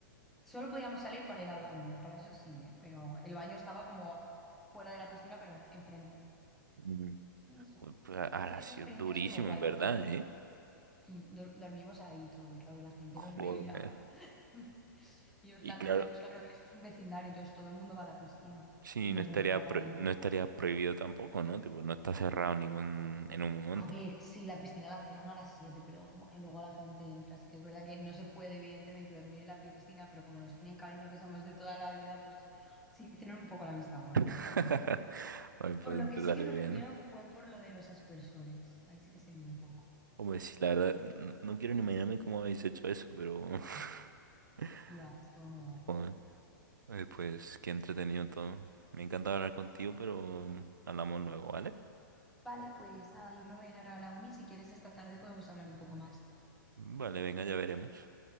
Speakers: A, in the centre; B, on the right (about 65°).
A: Solo podíamos salir para ir al baño, ¿eh? Para eso sí, ¿eh? Pero el baño estaba como fuera de la piscina, pero enfrente.
B: Mm,
A: Y eso,
B: Pues pues, ahora
A: esa,
B: ha
A: esa
B: sido
A: experiencia
B: durísimo,
A: estuvo guay
B: en verdad,
A: porque
B: ¿eh?
A: mm, dor- dormimos ahí y todo y claro, la gente nos
B: Joder.
A: veía. <laughs> Y yo- la
B: <laughs> Y claro,
A: gente, pues claro, eso es un vecindario, entonces todo el mundo va a la piscina
B: sí,
A: y nos
B: no estaría,
A: veían
B: pro-
A: ahí.
B: no estaría prohibido tampoco, ¿no? Tipo, no está cerrado ningún en un momento.
A: A ver, sí, la piscina la cierran a las 7, pero como que luego la gente entra, así que es verdad que no se puede evidentemente dormir en la piscina, pero como nos tienen cariño que somos de toda la vida, pues sí hicieron un poco la vista gorda,
B: <laughs>
A: yo creo.
B: Ay, pues
A: Por lo que
B: te salió
A: sí que nos
B: bien.
A: riñeron fue por lo de los aspersores. Ahí sí que se lió un poco.
B: O pues, la verdad, n- no quiero ni imaginarme cómo habéis hecho eso, pero... <laughs>
A: <laughs> Ya, estuvo muy guay.
B: Joder. Eh, pues, qué entretenido todo. Me encanta hablar contigo, pero mm, hablamos luego, ¿vale?
A: Vale, pues nada, yo me voy a ir ahora a la uni. Si quieres, esta tarde podemos hablar un poco más.
B: Vale, venga, ya veremos.